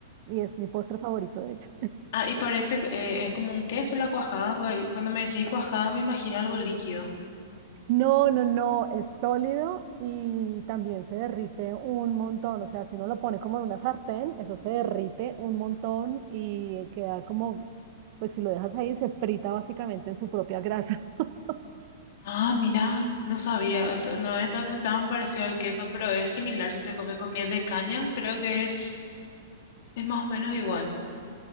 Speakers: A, on the right (about 45°); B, on the left (about 60°).
A: Y es mi postre favorito, de hecho.
B: Ah, y parece que eh, es como un queso la cuajada. pa- Cuando me decís cuajada me imagino algo líquido.
A: No, no, no, es sólido y también se derrite un montón. O sea, si uno lo pone como en una sartén, eso se derrite un montón y queda como, pues si lo dejas ahí, se frita básicamente en su propia grasa. <laughs>
B: Ah, mira, no sabía. o sea, No, estas estaban parecido al queso, pero es similar si se come con miel de caña. Creo que es, es más o menos igual.